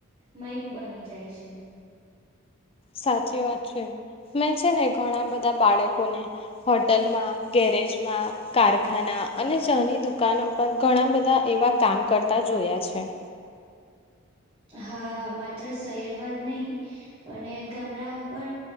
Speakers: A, on the right; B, on the left.
A: મય બની જાય છે.
B: સાચી વાત છે. મેં છે ને ઘણા બધા બાળકોને હોટલમાં ગેરેજમાં કારખાના અને ચા ની દુકાનો પર ઘણા બધા એવા કામ કરતા જોયા છે.
A: હા, માત્ર શહેર માજ નહી અને ગામડાઓ પણ